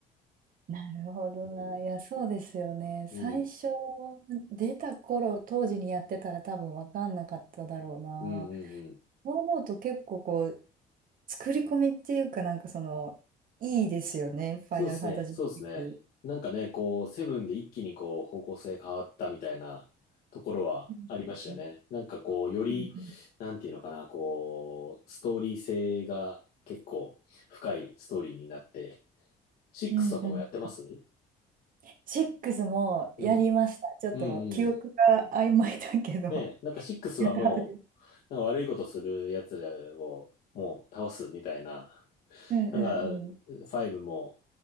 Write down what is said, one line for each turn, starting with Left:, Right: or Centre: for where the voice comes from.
Right: なるほどな。
Left: うん、
Right: いや、そうですよね。
Left: うん、
Right: 最初、出た頃、当時にやってたら多分分かんなかっただろうな。
Left: うん、うんうん。
Right: そう思うと結構こう、作り込みっていうかなんかその、いいですよね。ファイナルファンタジーシリーズ。
Left: そうですね、そうですね。なんかね、こう、セブンで一気にこう、方向性変わったみたいなところはありましたよね。
Right: うんうん
Left: なんかこう、より、
Right: うん
Left: なんていうのかな、こう、ストーリー性が結構深いストーリーになって、シックスとかもやってます
Right: うん。うんうん6もやりました。
Left: うん。
Right: ちょっと記憶が曖昧だけど、
Left: うんうん。ね、なんかシックスはもう、
Right: <laughs> やったはずです。
Left: なんか悪いことする奴らをもう倒すみたいな。
Right: うんうんうん。
Left: なんか、ファイブも、